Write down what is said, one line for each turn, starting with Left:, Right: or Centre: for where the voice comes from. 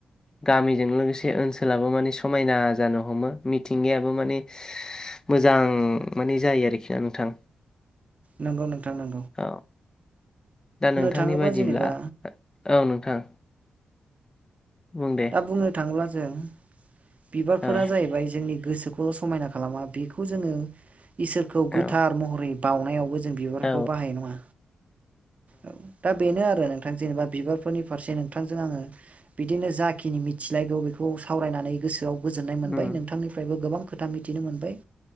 Left: गामिजों लोगोसे ओनसोलाबो माने समायना जानो हमो मिथिंगायाबो माने मोजां माने जायो आरोखि ना नोंथां।
Right: नोंगौ नोंथां नों।
Left: औ। दा नोंथांनि
Right: थाङोबा
Left: बायदिब्ला
Right: जेनेबा
Left: औ नोंथां। बुं दे
Right: दा बुंनो थाङोब्ला जों बिबारफोरा
Left: औ
Right: जाहैबाय जोंनि गोसोख समायना खालामा बेखौ जोङो इसोरखौ
Left: औ
Right: गोथार महरै बावनायावबो जों बिबारखौ
Left: औ
Right: बाहाय नङा औ दा बेनो आरो नोंथां। दा जेनेबा बिबारफोरनिरसे नोंथां जों बिदिनो जा खिनि मिथिलायगौ बेखौ सावरायनानै गोसोआव गोजोननाय मोनबाय
Left: उम
Right: नोंथांनिफ्रायबो गोबां खोथा मिथिनो मोनबाय।